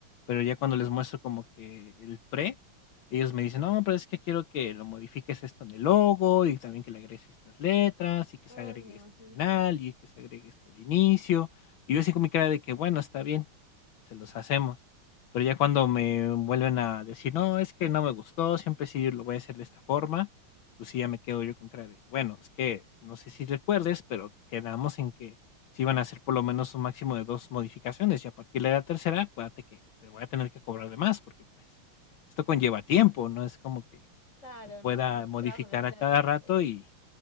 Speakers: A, on the left; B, on the left.
A: pero ya cuando les muestro como que el pre, ellos me dicen, no, pero es que quiero que lo modifiques esto en el logo y también que le agregues estas letras y que
B: Ay,
A: se agregue
B: me imagino.
A: esto al final y que se agregue esto al inicio. Y yo así con mi cara de que, bueno, está bien, se los hacemos. Pero ya cuando me vuelven a decir, no, es que no me gustó, siempre sí lo voy a hacer de esta forma, pues sí, ya me quedo yo con cara de, bueno, es que no sé si recuerdes, pero quedamos en que si iban a hacer por lo menos un máximo de dos modificaciones y a partir de la tercera, acuérdate que te voy a tener que cobrar de más porque pues esto conlleva tiempo, no es como que
B: Claro,
A: lo pueda
B: no, no,
A: modificar
B: el trabajo no es
A: a
B: gratis,
A: cada rato
B: obvio.
A: y,